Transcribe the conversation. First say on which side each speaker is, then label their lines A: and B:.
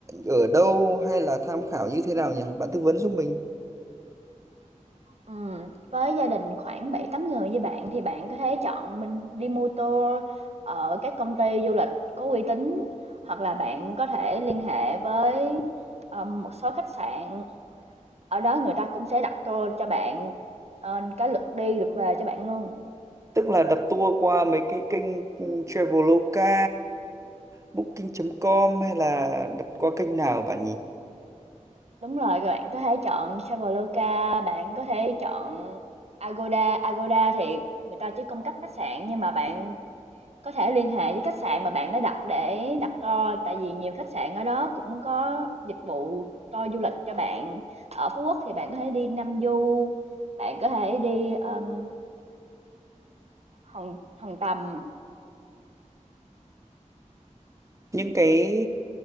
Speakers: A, on the right; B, on the right.
A: ở đâu hay là tham khảo như thế nào nhỉ? Bạn tư vấn giúp mình.
B: Ừm, với gia đình khoảng bảy tám người như bạn thì bạn có thể chọn mình đi mua tour ở các công ty du lịch có uy tín hoặc là bạn có thể liên hệ với ờ, một số khách sạn Ở đó người ta cũng sẽ đặt tour cho bạn, ờ, cái lượt đi, lượt về cho bạn luôn.
A: tức là đặt tour qua mấy cái kênh ừ, Traveloka, Booking.com hay là đặt qua kênh nào bạn nhỉ?
B: Đúng rồi, rồi bạn có thể chọn Traveloka, bạn có thể chọn Agoda. Agoda thì người ta chỉ cung cấp khách sạn nhưng mà bạn có thể liên hệ với khách sạn mà bạn đã đặt để đặt tour, tại vì nhiều khách sạn ở đó cũng có dịch vụ tour du lịch cho bạn. Ở Phú Quốc thì bạn có thể đi Nam Du, bạn có thể đi, ờm, Hòn Hòn Tầm.
A: Những cái